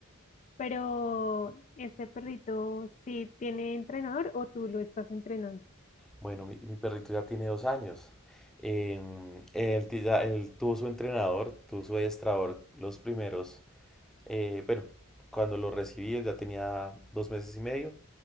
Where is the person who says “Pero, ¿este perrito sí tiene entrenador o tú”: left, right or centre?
Left